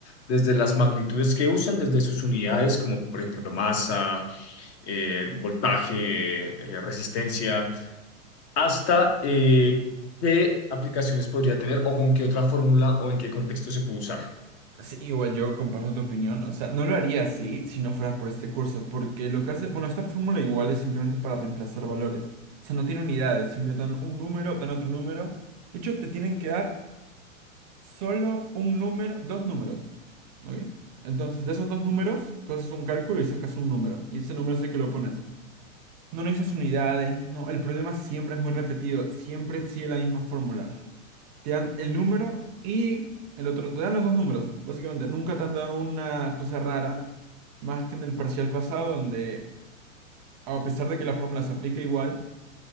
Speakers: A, on the left; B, on the right.
A: desde las magnitudes que usan, desde sus unidades, como por ejemplo masa eh, voltaje, eh, resistencia, hasta eh, qué aplicaciones podría tener o con qué otra fórmula o en qué contexto se puede usar.
B: Sí, igual yo comparto tu opinión. O sea, no lo haría así si no fueras por este curso, porque lo que hace, bueno, esta fórmula igual es simplemente para reemplazar valores. O sea, no tiene unidades, simplemente dan un número, dan otro número. De hecho, te tienen que dar solo un número, dos números. ¿Ok? Entonces, de esos dos números, tú haces un cálculo y sacas un número. Y ese número es el que lo pones. No necesitas unidades, no. El problema siempre es muy repetido. Siempre sigue la misma fórmula. Te dan el número y el otro. Te dan los dos números, básicamente. Nunca te han dado una cosa rara. Más que en el parcial pasado, donde a pesar de que la fórmula se aplica igual